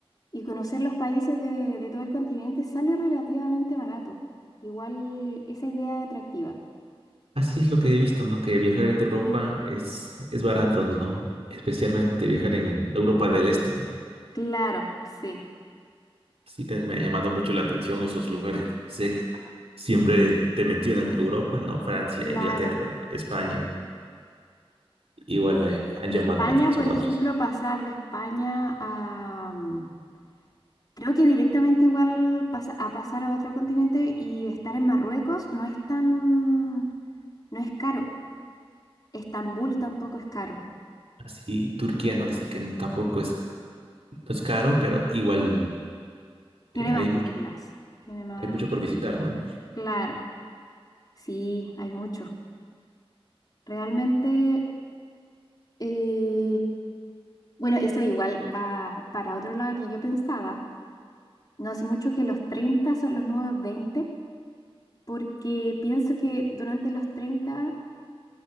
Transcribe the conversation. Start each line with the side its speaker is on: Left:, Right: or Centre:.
Left: y conocer los países de, de todo el continente sale relativamente barato. Igual esa idea es atractiva.
Right: Así es lo que he visto, ¿no? Que viajar entre Europa
Left: Sí.
Right: es, es barato, ¿no? Especialmente viajar en Europa del Este, ¿no?
Left: Claro, sí,
Right: Sí, te- me ha llamado mucho la atención esos lugares. ¿no? Sé que siempre te mencionan Europa, ¿no? Francia,
Left: claro.
Right: Inglaterra, España. ¿no? Igual me han
Left: De
Right: llamado
Left: España,
Right: la atención
Left: por ejemplo,
Right: otros.
Left: pasar de España a... mm, Creo que directamente igual pasa- a pasar a otro continente y estar en Marruecos no es tan... no es caro. Estambul tampoco es caro.
Right: Así, Turquía no dicen que tampoco es, no es caro, pero igual
Left: Tiene
Right: eh, hay
Left: más
Right: mucho,
Left: reglas. Tiene más...
Right: hay mucho por visitar, ¿no?
Left: Claro, sí, hay mucho. Realmente, eh, bueno, eso igual va para otro lado que yo pensaba. No hace mucho que los 30 son los nuevos 20 porque pienso que durante los treinta